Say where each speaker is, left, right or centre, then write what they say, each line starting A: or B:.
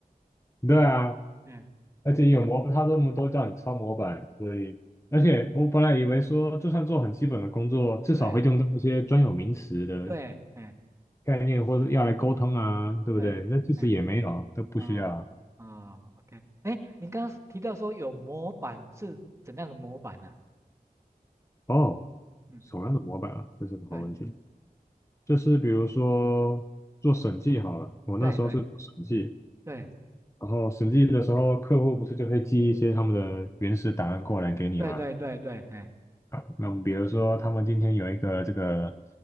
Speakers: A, on the left; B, on the right.
A: 对啊，
B: 嗯，
A: 而且有模，他这么多叫你抄模板，所以而且我本来以为说，就算做很基本的工作，至少会用到一些专有名词的
B: 对对，哎
A: 概念，或者要来沟通啊，对不对？
B: 对，
A: 那其实也没有，
B: 哎
A: 都不需要。
B: 哦哦，OK，哎，您刚刚提到说有模板是怎样的模板呢、
A: 哦，
B: 嗯，
A: 什么样的模板啊？这是个好问题。
B: 对
A: 就是比如说做审计好了，我那时候是做审计，
B: 对对对
A: 然后审计的时候，客户不是就会寄一些他们的原始档案过来给你吗？
B: 对对对对，哎
A: 好，那我们比如说，他们今天有一个这个